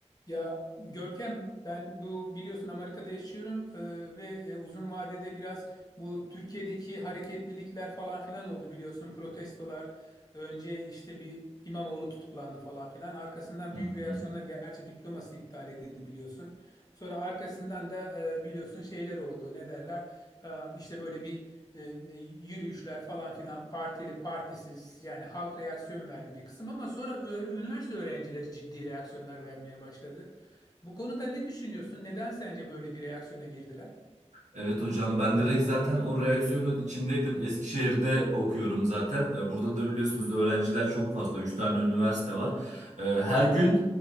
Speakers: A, on the left; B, on the right.
A: Ya Görkem ben bu biliyorsun Amerika'da yaşıyorum e, ve e, uzun vadede biraz bu Türkiye'deki hareketlilikler falan filan oldu biliyorsun protestolar. Önce işte bir İmamoğlu tutuklandı falan filan. Arkasından
B: Hı
A: büyük reaksiyonlar
B: hı.
A: gerçi diploması iptal edildi biliyorsun. Sonra arkasından da e, biliyorsun şeyler oldu ne derler E, işte böyle bir e, e, yürüyüşler falan filan partili partisiz yani halk reaksiyon verdi bir kısım ama sonra ü- üniversite öğrencileri ciddi reaksiyonlar vermeye başladı. Bu konuda ne düşünüyorsun? Neden sence böyle bir reaksiyona girdiler?
B: Evet hocam ben direkt zaten o reaksiyonun içindeydim. Eskişehir'de okuyorum zaten. E, Burada da biliyorsunuz öğrenciler çok fazla. 3 tane üniversite var. E, Her gün